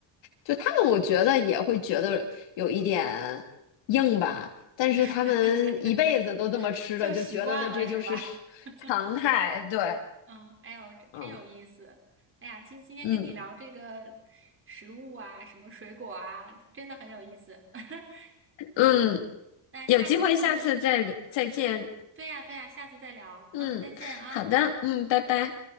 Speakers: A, on the left; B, on the right.
A: 就他们我觉得也会觉得有一点硬吧，但是他们一辈子都这么吃的，
B: <laughs> 就习惯了是吧？
A: 就觉得呢这就是
B: <laughs>
A: 常态，对，
B: 嗯，哎呦，真真有意思。
A: 嗯
B: 哎呀，今今天跟你聊这个食物啊，
A: 嗯
B: 什么水果啊，真的很有意思。<laughs>
A: 嗯，有机会下次再聊再见。
B: 那下次，对呀对呀，下次再聊。
A: 嗯，
B: 嗯，再见啊。
A: 好的，嗯，拜拜。